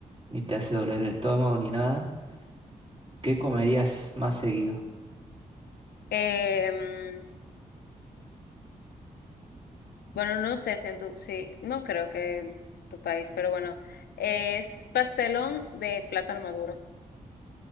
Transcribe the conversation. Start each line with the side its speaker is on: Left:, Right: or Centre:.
Right: ni te hace doler el estómago, ni nada. ¿Qué comerías más seguido?
Left: Em, bueno, no sé si en tu, sí, no creo que en tu país, pero bueno, es pastelón de plátano maduro,